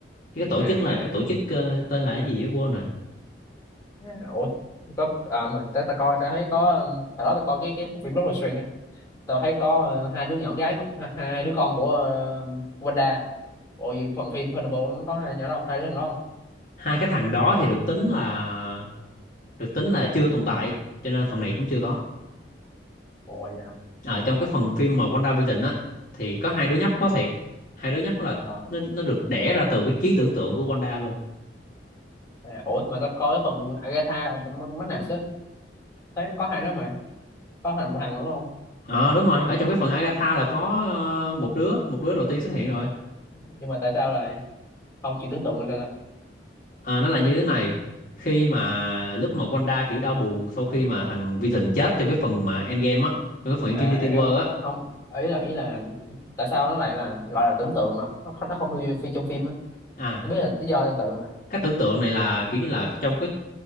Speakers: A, on the left; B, on the left.
A: chứ cái tổ
B: à,
A: chức là cái tổ chức ờ, tên là cái gì đó quên rồi
B: à, ủa có à, mà ta, ta coi ta thấy có ờ, hồi đó ta coi cái cái bộ phim Doctor Strange á tao thấy có ờ, hai đứa nhỏ gái của- hai, hai đứa con của ờ, Wanda ôi phần phim Thunderbolt nó có hai nhỏ đó không? hai đứa thằng đó không
A: hai cái thằng đó thì được tính là được tính là chưa tồn tại cho nên phần này cũng chưa có
B: ủa dạ
A: ở trong cái phần phim mà WandaVision á thì có hai đứa nhóc nó thiệt hai đứa nhóc là
B: ờ
A: nó nó được đẻ ra từ cái trí tưởng tượng của Wanda luôn
B: à, ủa mà tao coi cái phần Agatha mấy nào chứ thấy có hai đứa mà có thằng thằng đúng không
A: Ờ đúng rồi ở trong cái phần Agatha là có ờ, một đứa một đứa đầu tiên xuất hiện rồi
B: nhưng mà tại sao lại không chỉ tưởng tượng là sao ta
A: À, nó là như thế này khi mà lúc mà Wanda kiểu đau buồn sau khi mà thằng Vision chết trong cái phần mà Endgame á trong cái phần
B: à
A: Infinity
B: hiểu hiểu
A: War á
B: không ý là ý là tại sao nó lại là gọi là tưởng tượng mà nó nó không đưa vô phi trong phim á
A: à
B: không biết là lý do tương tự rồi
A: cách tưởng tượng này là kiểu như là trong cái